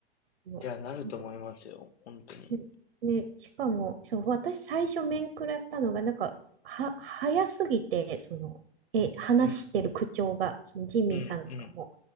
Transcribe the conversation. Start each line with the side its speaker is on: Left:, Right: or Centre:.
Right: もう
Left: いや、なると思いますよ。本当に。
Right: ね、ねしかも、そう、私最初面食らったのが、なんか、は、早すぎて、その、え、話してる口調が、
Left: うん。
Right: そのジミーさんとかも、
Left: うんうん。